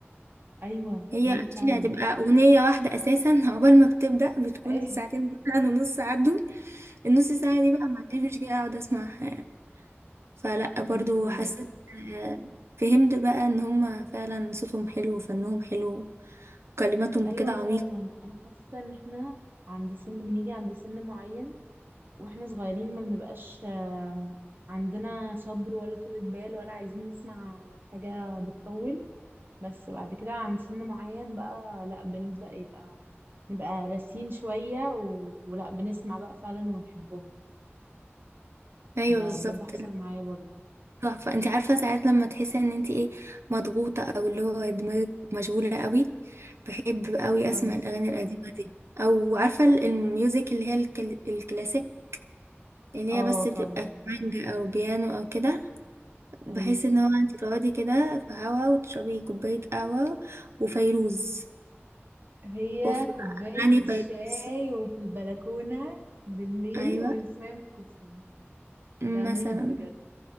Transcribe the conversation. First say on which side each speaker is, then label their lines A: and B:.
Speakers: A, on the right; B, on the right.
A: ايوه
B: هي
A: وانا
B: actually
A: فعلا
B: هتبقى اغنية واحدة اساسا <laughs> عقبال ما بتبدأ بتكون
A: <laughs>
B: ساعتين مثلا ونص عدوا النص ساعة دي بقى ما عنديش مشكلة اقعد اسمعها يعني. فلا برضو
A: دي حقيقة
B: حسيت آه، فهمت بقى ان هما فعلا صوتهم حلو وفنهم حلو وكلماتهم
A: ايوه
B: كده عميق
A: فعلا انا حاسة ان احنا عند سن بنيجي عند سن معين واحنا صغيرين ما بنبقاش آم، عندنا صبر ولا طولة بال ولا عايزين نسمع حاجة بتطول بس بعد كده عند سن معين بقى لا بنبدأ يبقى نبقى راسين شوية و... ولا بنسمع بقى فعلا ونحبهم
B: ايوه
A: ده
B: بالظبط
A: بجد حصل معايا برضه
B: تحفه انت عارفه ساعات لما تحسي ان انت ايه مضغوطه او اللي هو دماغك مشغوله قوي بحب قوي
A: اه
B: اسمع الاغاني القديمه دي او عارفه ال- الميوزك اللي هي الكل... الكلاسيك اللي
A: اه
B: هي بس
A: طبعا
B: بتبقى مانجا او بيانو او كده بحيث
A: ايوه
B: ان هو انت تقعدي كده في هوا وتشربي كوبايه قهوه وفيروز
A: هي
B: وفي
A: كوباية
B: أغاني
A: شاي
B: فيروز
A: وفي البلكونة بالليل
B: أيوة
A: وتسمعي أم كلثوم
B: مثلا
A: ده مود بجد